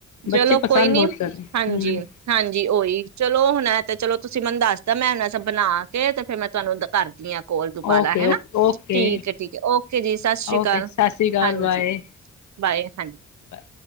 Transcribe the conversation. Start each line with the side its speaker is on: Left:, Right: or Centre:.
Left: ਬੱਚੇ
Right: ਚਲੋ
Left: ਪਸੰਦ
Right: ਕੋਈ ਨੀ
Left: ਬਹੁਤ ਕਰਦੇ
Right: ਹਾਂਜੀ-ਹਾਂਜੀ
Left: ਹਮ
Right: ਉਹੀ ਚਲੋ ਹੁਣ, ਤੇ ਚਲੋ ਤੁਸੀਂ ਮੈਨੂੰ ਦੱਸਦਾ ਮੈਂ ਹੁਣ ਸਭ ਬਣਾ ਕੇ ਤੇ ਫੇਰ ਮੈਂ ਤੁਹਾਨੂੰ ਕਰਦੀ ਆ। ਕੋਲ ਦੁਬਾਲਾ
Left: ਓਕੇ
Right: ਹਨਾ
Left: ਓਕੇ ਓਕੇ
Right: ਠੀਕ ਐ। ਓਕੇ ਜੀ ਸਤਿ ਸ਼੍ਰੀ
Left: ਓਕੇ
Right: ਅਕਾਲ
Left: ਸਤਿ ਸ਼੍ਰੀ ਅਕਾਲ
Right: ਹਾਂਜੀ,
Left: ਬਾਏ
Right: ਬਾਏ ਹਾਂਜੀ,
Left: ਬਾਏ,